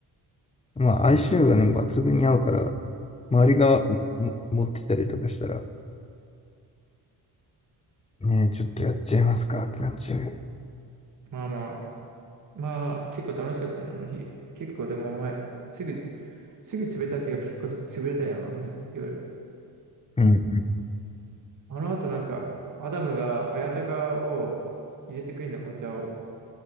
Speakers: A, on the left; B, on the right.
A: まあ相性がね、抜群に合うから、周りがもも持ってたりとかしたら、ねえ、ちょっとやっちゃいますかってなっちゃう。
B: まあまあ、まあ、結構楽しかったね、あの日。結構でもお前、すぐ、すぐ潰れたっていうか結構潰れたよ、あの日、夜。
A: うんうん
B: あの後なんか、アダムが綾鷹を入れてくるんだ、お茶を。